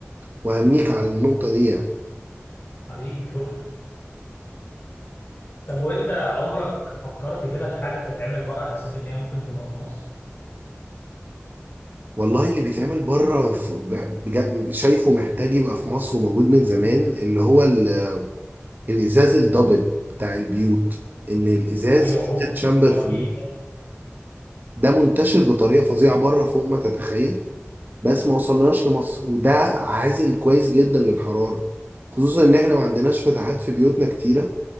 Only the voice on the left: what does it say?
مم.
حبيبي شكرا طب وانت عمرك فكرت كده في حاجه بتتعمل بره حسيت ان هي ممكن تبقى في مصر
ايوه اوف
ده رهيب
ده